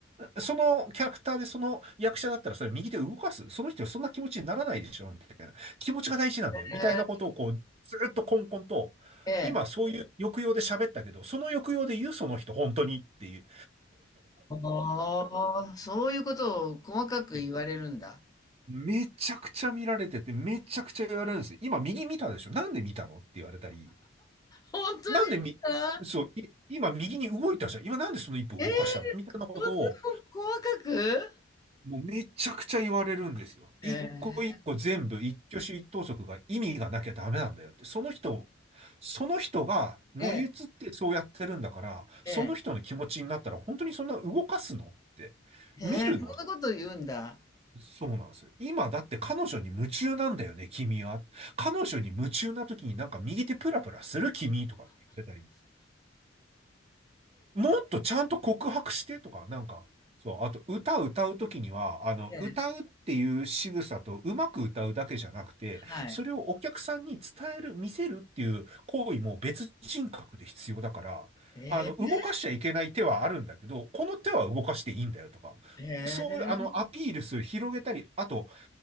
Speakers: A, on the right; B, on the left.
A: そのキャラクターでその役者だったらそれ右手動かす。その人はそんな気持ちにならないでしょみたいな。気持ちが大事なんだよ。
B: ええ、
A: みたいなことをこう、ずっとコンコンと、
B: え
A: 今そういう抑揚で喋ったけど、その抑揚で言うその人、本当にっていう。
B: ああ、そういうことを細かく言われるんだ。
A: <laughs> めちゃくちゃ見られてて、めちゃくちゃ言われるんですよ。今右見たでしょなんで見たのって言われたり、
B: 本当ですか？
A: なんでみ、そう、い今右に動いたじゃん。今なんでその一歩動かしたのみたいなことを、
B: ええ、そんな細かく？
A: もうめちゃくちゃ言われるんですよ。
B: ええ、
A: 一個一個全部一挙手一投足が意味がなきゃダメなんだよって。その人、その人が乗り移ってそうやってるんだから、
B: ええ、
A: その人の気持ちになったら本当にそんな動かすのって、
B: ええ、ええ、
A: 見るの
B: そんなこと言うんだ。
A: そうなんですよ。今だって彼女に夢中なんだよね、君は。彼女に夢中な時になんか右手プラプラする君とかって言われたり、もっとちゃんと告白してとか、なんか、そう、あと歌歌う時には、あの、
B: ええ、
A: 歌うっていう仕草とうまく歌うだけじゃなくて、
B: はい。
A: それをお客さんに伝える、見せるっていう行為も別人格で必要だから、
B: ええ、
A: あの、動かしちゃいけない手はあるんだけど、この手は動かしていいんだよとか、
B: ええ、
A: そういう、あの、アピールする、広げたり、あと、